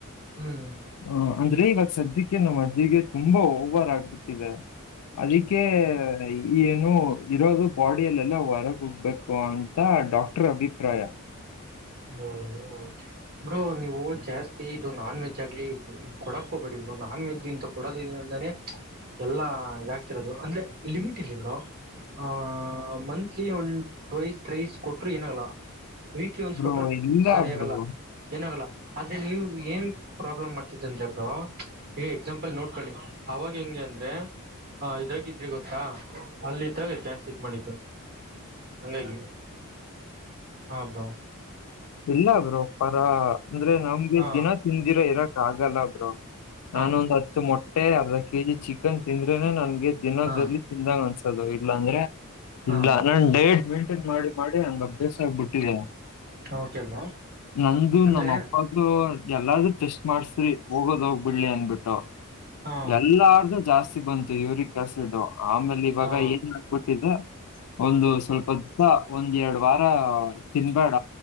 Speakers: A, on the right; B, on the left.
A: ಹ್ಮ್
B: ಆ, ಅಂದ್ರೆ ಇವಾಗ್ ಸದ್ಯಕ್ಕೆ ನಮ್ ಅಜ್ಜಿಗೆ ತುಂಬಾ ಓವರ್ ಆಗ್ಬಿಟ್ಟಿದೆ ಅದಿಕ್ಕೆ ಈ ಏನು ಇರೋದು ಬಾಡಿಯಲ್ಲೆಲ್ಲಾ ಹೊರಗೋಗ್ಬೇಕು ಅಂತ ಡಾಕ್ಟರ್ ಅಭಿಪ್ರಾಯ.
A: ಹ್ಮ್ ಬ್ರೋ ನೀವು ಜಾಸ್ ತೀಟು ನಾನ್ ವೆಜ್ ಆಗ್ಲಿ ಕೊಡಕ್ಕೋಬೇಡಿ ಬ್ರೊ ನಾನ್ ವೆಜ್ ಇಂತ ಕೊಡೋದ್ ಇದ್ರಿಂದಾನೇ ಎಲ್ಲಾ ಇದಾಗ್ತಿರೋದು ಅಂದ್ರೆ ಲಿಮಿಟ್ ಇರ್ಲಿ ಬ್ರೋ. ಹ ಮನ್ ತ್ಲಿ ಒನ್ ಟ್ವೖಸ್ ತ್ರೈಸ್ ಕೊಟ್ಟ್ರೂ ಏನಾಗಲ್ಲ ವೀಕ್ಲಿ
B: ಬ್ರೋ
A: ಕೊಟ್ರು
B: ಇಲ್ಲ
A: ಸರಿ ಆಗಲ್ಲ
B: ಬ್ರೋ
A: ಏನಾಗಲ್ಲ ಆದ್ರೆ ನೀವು ಏನ್ ಪ್ರಾಬ್ಲಮ್ ಮಾಡ್ತಿದ್ಯಂದ್ರೆ ಬ್ರೊ ಏ ಎಕ್ಸಾಂಪಲ್ ನೋಡ್ಕೊಳ್ಳಿ ಅವಾಗ ಹೆಂಗೆ ಅಂದ್ರೆ ಅ ಇದಾಗ ಇದ್ರಿ ಗೊತ್ತಾ ಅಲ್ಲಿದ್ದಾಗ ಜಾಸ್ತಿ ಇದ್ ಮಾಡಿದ್ದು. ಹಂಗಾಗಿ ಹ ಬ್ರೊ
B: ಇಲ್ಲ ಬ್ರೋ ಪರ ಅಂದ್ರೆ ನಮ್ಗೆ
A: ಹಾ
B: ದಿನ ತಿಂದಿರೋ ಇರಕ್ ಆಗಲ್ಲ ಬ್ರೋ
A: ಹಾ
B: ನಾನೊಂದ್ ಹತ್ತು ಮೊಟ್ಟೆ ಅರ್ಧ ಕೆಜಿ ಚಿಕ್ ನ್ ತಿಂದ್ರೇನೆ ನನ್ಗೆ ದಿನದಲ್ಲಿ
A: ಹಾ
B: ತಿಂದಂಗ ಅನ್ಸ್ ಚಲೊ ಇಲ್ಲಾಂದ್ರೆ ಇಲ್ಲ
A: ಹಾ
B: ನಾನ್ ಡಯಟ್ ಮೇಂಟೇನ್ ಮಾಡಿ ಮಾಡಿ ಹಂಗ್ ಅಭ್ಯಾಸ ಆಗ್ಬಿಟ್ಟಿದೇ.
A: ಓಕೆ ಬ್ರೋ
B: ನಂದು
A: ಅಂದ್ರೆ
B: ನಮ್ಮ ಅಪ್ಪಾಗು ಎಲ್ಲಾರ್ದೂ ಟೆಸ್ಟ್ ಮಾಡಸ್ರಿ ಹೋಗೋದ್ ಹೋಗ್ಬಿಡ್ಲಿ ಅಂದ್ಬಿಟ್ಟು.
A: ಹಾ
B: ಎಲ್ಲಾರ್ದು ಜಾಸ್ ಬಂತು ಯೂರಿಕ್ ಆಸಿಡ್ಡು ಆಮೇಲೆ ಇವಾಗ
A: ಹಾ
B: ಏನ್ ಆಗ್ಬಿಟ್ಟಿದೆ ಒಂದು ಸ್ವಲ್ಪ ದಿವ್ಸ ಒಂದೆರಡು ವಾರ ತಿನ್ಬೇಡ